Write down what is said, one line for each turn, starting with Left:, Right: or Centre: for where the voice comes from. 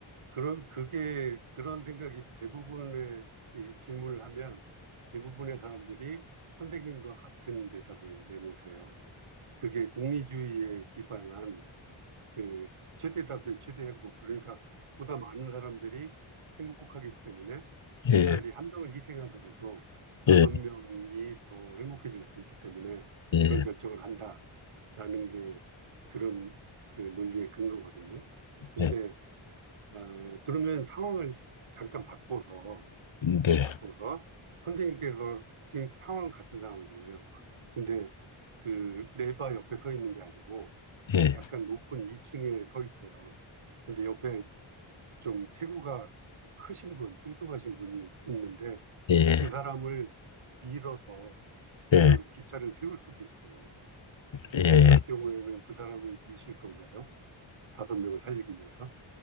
Right: 그런, 그게, 그런 생각이 대부분의 이 질문을 하면 대부분의 사람들이 선생님과 같은 대답을 내놓으세요. 그게 공리주의에 기반한 그 최대다 그 최대 행복 그러니까 보다 많은 사람들이 행복하기 때문에
Left: 예,
Right: 차라리 한 명을 희생하더라도 다섯
Left: 예,
Right: 명이 더 행복해질 수 있기 때문에
Left: 예.
Right: 그런 결정을 한다라는 게 그런 그 논리의 근거거든요. 근데
Left: 예.
Right: 어, 그러면 상황을 잠깐 바꿔서
Left: 네.
Right: 바꿔서 선생님께서 지금 상황 같은 상황이에요. 근데 그 레바 옆에 서 있는 게 아니고
Left: 예.
Right: 약간 높은 2층에 서 있어요. 근데 옆에 좀 체구가 크신 분, 뚱뚱하신 분이 있는데
Left: 예.
Right: 그 사람을 밀어서
Left: 예.
Right: 그 기차를 세울 수도 있어요.
Left: 예.
Right: 그럴 경우에는 그 사람을 미실 건가요? 다섯 명을 살리기 위해서?